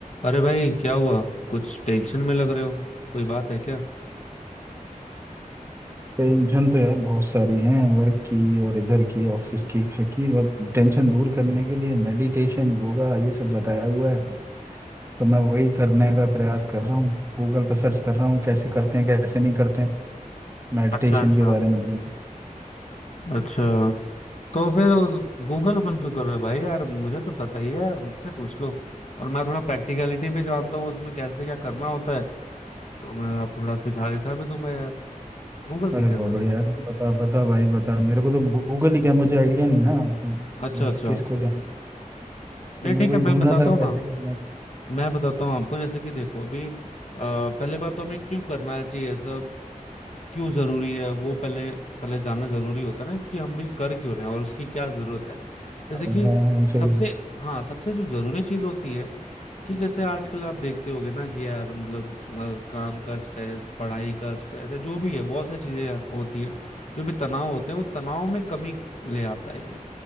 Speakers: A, on the left; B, on the right.
A: अरे भाई क्या हुआ कुछ टेंशन में लग रहे हो कोई बात है क्या
B: Tension तो यार बहुत सारी हैं वर्क की और इधर की ऑफिस की घर की अब टेंशन दूर करने के लिए मेडिटेशन योगा ये सब बताया हुआ है तो मैं वही करने का प्रयास कर रहा हूँ गूगल पर सर्च कर रहा हूँ कैसे करते हैं कैसे नहीं करते हैं मेडिटेशन
A: अच्छा अच्छा
B: के बारे में ढूंढ रहा
A: अच्छा तो फिर गूगल गूगल क्यों कर रहे हो भाई यार मुझे तो बताइए यार मुझसे पूछ लो और मैं थोड़ा प्रैक्टिकलिटी भी जानता हूँ उसमें कैसे क्या करना होता है तो मैं आपको थोड़ा सिखा दिखा भी दूंगा यार गूगल
B: हूं।
A: की
B: अरे
A: क्या
B: बहुत
A: जरूरत
B: बढ़िया
A: है
B: यार बता बता भाई बता मेरे को तो गूगल ही क्या मुझे आइडिया नहीं ना तो
A: अच्छा
B: मैं
A: अच्छा
B: किसको जाऊँ
A: नहीं
B: तो मैं
A: ठीक
B: वही
A: है मैं
B: ढूंढ
A: बताता
B: रहा था
A: हूँ
B: कैसे
A: ना आपको
B: करना
A: मैं बताता हूँ आपको जैसे कि देखो अभी अ, पहले बात तो हमें क्यों करना चाहिए सब क्यों जरूरी है वो पहले पहले जानना जरूरी होता है ना कि हम भी कर क्यों रहे हैं और उसकी क्या जरूरत है जैसे
B: हाँ
A: कि
B: हाँ हाँ, सही
A: सबसे
B: बात।
A: हाँ सबसे जो जरूरी चीज होती है कि जैसे आजकल आप देखते होगे ना कि यार मतलब अ, काम का स्ट्रेस पढ़ाई का स्ट्रेस है जो भी है बहुत सारी चीजें यार होती है जो भी तनाव होते हैं वो तनाव में कमी ले आता है ये।